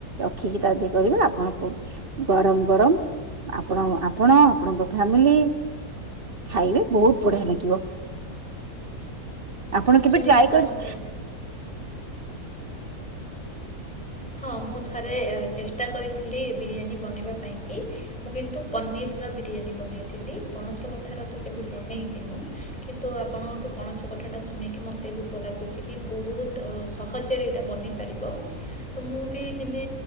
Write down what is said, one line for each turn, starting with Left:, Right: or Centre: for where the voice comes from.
Right: ଆଖି ତା ଦେଇ କରିବେ ଆପଣଙ୍କୁ ଗରମ ଗରମ ଆପଣ ଆପଣ ଆପଣଙ୍କ ଫ୍ୟାମିଲି ଖାଇବେ ବହୁତ ବଢିଆ ଲାଗିବ। ଆପଣ
Centre: ଶୁଣିକି
Right: କେବେ ଟ୍ରାଏ
Centre: ତ
Right: କରି
Centre: ମୋତେ ହଁ, ମୁଁ ଥରେ ଚେଷ୍ଟା କରିଥିଲି ବିରିୟାନୀ ବନେଇବା ପାଇଁକି। ମୁଁ କିନ୍ତୁ ପନିରର ବିରିୟାନୀ ବନେଇଥିଲି। ପଣସ କଠାର ତ କେବେ ବନେଇନି ମୁଁ କିନ୍ତୁ ଆପଣଙ୍କଠୁ ପଣସ କଥାଟା ଶୁଣିକି ମୋତେ ବି ଲାଗୁଛି କି ବହୁତ ସହଜରେ ଏଇଟା ବନେଇ ପାରିବ। ତ ମୁଁ ବି ଦିନେ